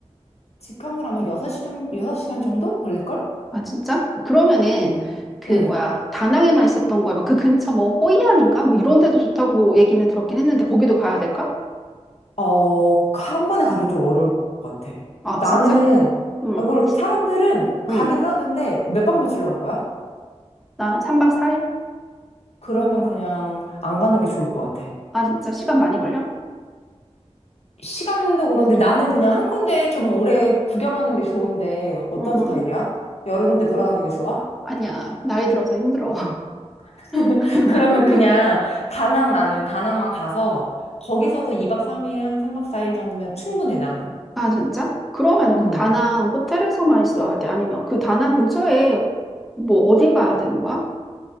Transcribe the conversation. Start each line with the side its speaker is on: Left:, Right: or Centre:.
Left: 직항으로 하면 6시 정도, 여섯 시간 정도 걸릴걸?
Centre: 아 진짜? 그러면은
Left: 음.
Centre: 그
Left: 음.
Centre: 뭐야 다낭에만 있었던 거야? 뭐 그 근처 뭐 호이안인가? 뭐 이런 데도 좋다고 얘기는 들었긴 했는데 거기도 가야 될까?
Left: 어, 그 한 번에 가긴 좀 어려울 것 같아.
Centre: 아
Left: 나는,
Centre: 진짜? 응.
Left: 아, 뭘, 사람들은 가긴
Centre: 응.
Left: 하던데 몇 박 며칠로 갈 거야?
Centre: 난 3박 4일?
Left: 그러면 그냥 안 가는 게 좋을 것 같아.
Centre: 아 진짜 시간 많이 걸려?
Left: 시간도 그런데 나는 그냥 한 군데 좀 오래 구경하는 게 좋은데 어떤
Centre: 응,
Left: 스타일이야?
Centre: 응.
Left: 여러 군데 돌아가는 게 좋아?
Centre: 아니야. 나이 들어서 힘들어.
Left: 응. <laughs>
Centre: <laughs>
Left: 그러면 그냥 다낭 나는 다낭만 가서 거기서도 2박 3일 한 3박 4일 정도면 충분해 나는.
Centre: 아, 진짜? 그러면
Left: 음.
Centre: 그 다낭 호텔에서만 있어야 돼? 아니면 그 다낭 근처에 뭐 어디 가야 되는 거야?